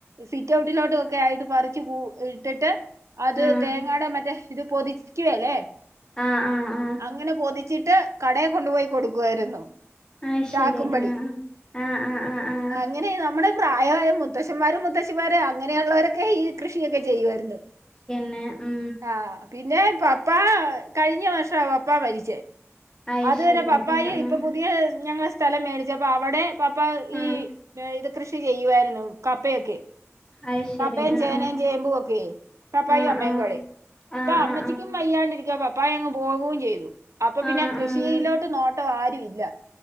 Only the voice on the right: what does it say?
സിറ്റൗട്ടിലോട്ടൊക്കെയായിട്ട് പറിച്ച് കൂ ഇട്ടിട്ട് അത്
തേങ്ങാടെ മറ്റേ ഇത് പൊതിക്കുവേലെ
അങ്ങനെ പൊതിച്ചിട്ട് കടേ കൊണ്ടുപോയി കൊടുക്കുവായിരുന്നു
ചാക്കുംപടി
അങ്ങനെ നമ്മടെ പ്രായവായ മുത്തശ്ശന്മാരും മുത്തശ്ശിമാരും അങ്ങനെയുള്ളവരൊക്കെ ഈ കൃഷിയൊക്കെ ചെയ്യുമായിരുന്നു
ആഹ് പിന്നെ പപ്പാ കഴിഞ്ഞ വർഷാ പപ്പാ മരിച്ചേ,
അതുവരെ
പപ്പായും
ഇപ്പൊ പുതിയ ഞങ്ങ സ്ഥലം മേടിച്ചപ്പ അവടെ പപ്പ
ഈ ഇത് കൃഷി ചെയ്യുവായിരുന്നു കപ്പയൊക്കെ
കപ്പയും
ചേനയും ചേമ്പും ഒക്കെ പപ്പയും
അമ്മയും
കൂടി ഇപ്പൊ
അമ്മച്ചിക്കും
വയ്യാണ്ടിരിക്ക പ പ്പായങ്ങ് പോകും ചെയ്തു. അപ്പൊ പിന്നെ
കൃഷിയിലോട്ട്
നോട്ടം ആരും ഇല്ല